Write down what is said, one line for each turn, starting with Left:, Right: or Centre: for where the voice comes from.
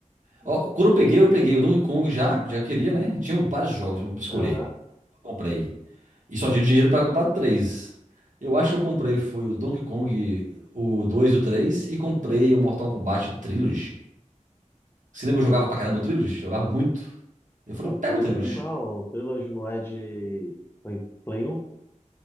Left: Hum.
Right: Ó, quando eu peguei, eu peguei o Donkey Kong já, já queria, né? Tinham vários jogos pra escolher.
Left: Aham.
Right: Comprei. E só tinha dinheiro pra comprar três. Eu acho que eu comprei foi o Donkey Kong, o 2 e o 3, e comprei o Mortal Kombat Trilogy. Você lembra que eu jogava pra caramba o Trilos? Jogava muito. Eu falei,
Left: Ah,
Right: pega
Left: O Trilogy
Right: o Trilos.
Left: não, o Trilogy não é de Play, Play 1,